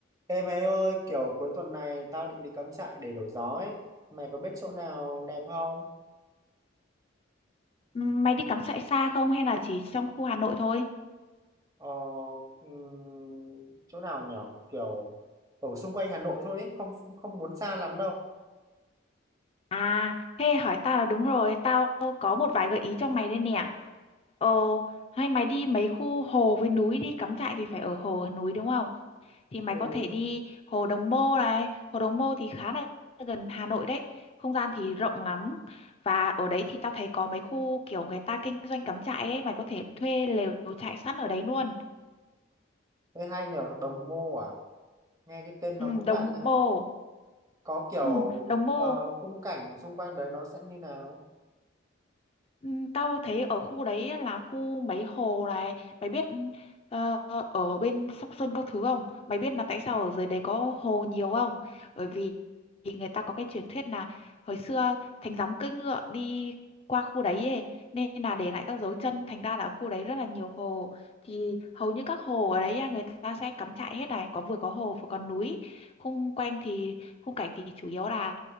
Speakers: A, on the right; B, on the left.
A: Ê mày ơi, kiểu cuối tuần này tao định đi cắm trại để đổi gió ấy. Mày có biết chỗ nào đẹp không?
B: Ừm, Mày đi cắm trại xa không hay là chỉ trong khu Hà Nội thôi?
A: Ờ, ừm, chỗ nào nhở? Kiểu ở xung quanh Hà Nội thôi ấy, không không muốn xa lắm đâu.
B: À, thế hỏi tao là đúng rồi, tao có một vài gợi ý cho mày đây nè. Ồ, hay mày đi mấy khu hồ với núi đi, cắm trại thì phải ở hồ núi đúng không? Thì mày
A: Ừ
B: có thể
A: đúng
B: đi
A: rồi.
B: hồ Đồng Mô này, hồ Đồng Mô thì khá là gần Hà Nội đấy. Không gian thì rộng lắm và ở đấy thì tao thấy có mấy khu kiểu người ta kinh doanh cắm trại ấy, mày có thể thuê lều trại sẵn ở đấy luôn.
A: Thế hay nhở, Đồng Mô à? Nghe cái tên
B: Ừ,
A: nó cũng
B: Đồng
A: lạ lạ.
B: Mô.
A: Có kiểu
B: Ừ, Đồng Mô
A: ờ, khung cảnh xung quanh đấy nó sẽ như nào?
B: Ừ, Tao thấy ở khu đấy là khu mấy hồ này, mày biết ừ, ờ, ở bên Sóc Sơn các thứ không? Mày biết là tại sao ở dưới đấy có hồ nhiều không? Bởi vì thì người ta có cái truyền thuyết là hồi xưa thánh gióng cưỡi ngựa đi qua khu đấy ấy, nên là để lại các dấu chân thành ra là ở khu đấy rất là nhiều hồ thì hầu như các hồ ở đấy á, người ta sẽ cắm trại hết này có vừa có hồ vừa có núi khung quanh thì khung cảnh thì chủ yếu là